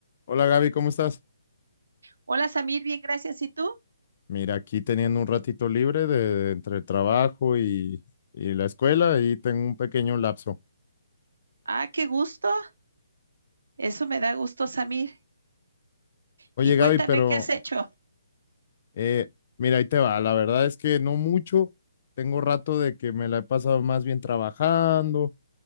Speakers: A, on the left; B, on the right.
A: Hola Gaby, ¿cómo estás?
B: Hola Samir, bien, gracias. ¿Y tú?
A: Mira, aquí teniendo un ratito libre de, de entre el trabajo y, y la escuela y tengo un pequeño lapso.
B: Ah, qué gusto. Eso me da gusto, Samir.
A: Oye
B: Y cuéntame
A: Gaby, pero
B: qué has hecho.
A: eh, mira, ahí te va. La verdad es que no mucho. Tengo rato de que me la he pasado más bien trabajando,